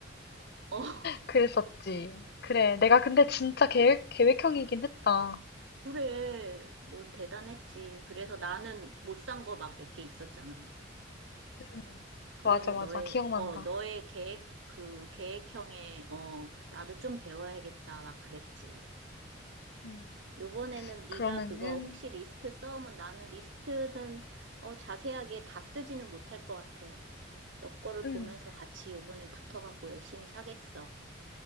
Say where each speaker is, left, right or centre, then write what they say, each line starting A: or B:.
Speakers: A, on the right; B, on the left.
A: 어, <laughs>
B: 그랬었지. 그래. 내가 근데 진짜 계획, 계획형이긴 했다.
A: 그래. 넌 대단했지. 그래서 나는 못 산 거 막 몇 개 있었잖아.
B: 음.
A: 그래서
B: 맞아, 맞아.
A: 너의,
B: 기억난다.
A: 어, 너의 계획, 그 계획형에, 어, 나도 좀 배워야겠다. 막 그랬지.
B: 음.
A: 요번에는 네가
B: 그러면은,
A: 그거 혹시 리스트 써오면 나는 리스트는 어, 자세하게 다 쓰지는 못할 것 같아. 너 거를
B: 음,
A: 보면서 같이 요번에 붙어갖고 열심히 사겠어.